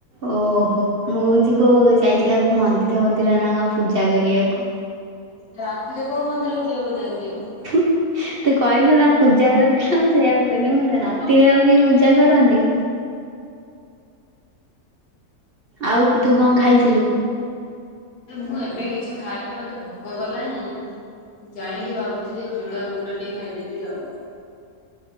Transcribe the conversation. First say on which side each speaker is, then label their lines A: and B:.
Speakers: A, on the right; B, on the left.
A: ଓହୋ ମୁଁ କୋହୁଚି କୋଉ ଯାଇଥିଲା କୋ ମନ୍ଦିର ଫ ନ୍ଦିର ନାକଣ ପୂଜା କରିବାକୁ।
B: ରାତିରେ କୋଉ ମନ୍ଦିରକୁ ଯିବ ପୂଜା କରିବାକୁ?
A: <inaudible> ତୁ କହିଲୁ ନା ପୂଜା କରିଥିଲୁ ମୁଁ ସେଇଆକୁ କହିଲି ରାତିରେ ଆଉ କିଏ ପୂଜା କରନ୍ତି। ଆଉ ତୁ କଣ ଖାଇଥିଲୁ?
B: ମୁଁ ଏବେ କିଛି ଖାଇନି ମତେ ଭୋକ କଲାଣି। ଯାଇଁକି ଭାବୁଚି ଟିକେ ଚୁଡ଼ା ଗୁଣ୍ଡ ଟିକେ ଖାଇଦେବି ଆଉ।